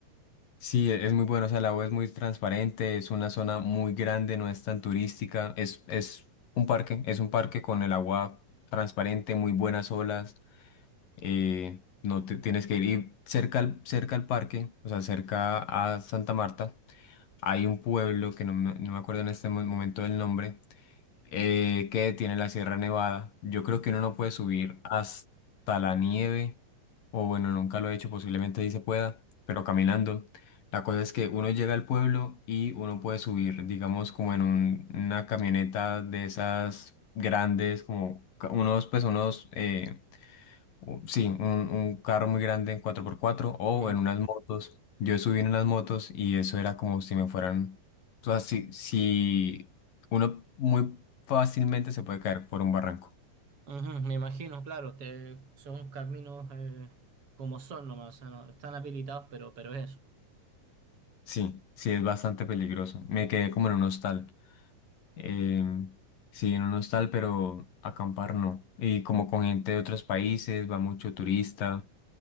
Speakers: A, on the left (about 85°); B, on the right (about 40°).
A: Sí, e- es muy bueno, o sea, la U es muy transparente, es una zona muy grande, no es tan turística, es, es un parque, es un parque con el agua transparente, muy buenas olas, eh, no te tienes que ir y cerca al, cerca al parque, o sea, cerca a Santa Marta, hay un pueblo que no me, no me acuerdo en este mo- momento del nombre, eh, que tiene la Sierra Nevada. Yo creo que uno no puede subir hasta la nieve, o bueno, nunca lo he hecho, posiblemente sí se pueda, pero caminando. La cosa es que uno llega al pueblo y uno puede subir, digamos, como en un- una camioneta de esas grandes, como ca- unos, pues unos, eh, u- sí, un, un carro muy grande en 4x4 o
B: Ujú,
A: en unas motos. Yo subí en unas motos y eso era como si me fueran, o sea, si, si uno muy fácilmente se puede caer por un barranco.
B: ujú, me imagino, claro, te, son caminos eh, como son nomás, o sea, no, están habilitados, pero, pero es eso.
A: Sí, sí, es bastante peligroso. Me quedé como en un hostal. Em, sí, en un hostal, pero acampar no. Y como con gente de otros países, va mucho turista.